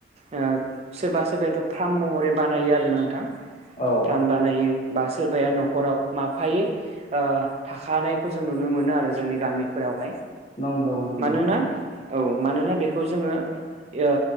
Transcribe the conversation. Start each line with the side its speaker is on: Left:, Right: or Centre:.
Right: आ सोरबा सोरबायाथ' फार्म मावो बानायो आरो ना नोंथां
Left: औ
Right: फार्म बानायो बा सोरबाया न'खराव माफायै आ थाखानायखौ जों नुनो मोनो आरो जोंनि गामिफोरावहाय
Left: नंगौ नंगौ
Right: मानोना औ मानोना बेखौ जोङो यो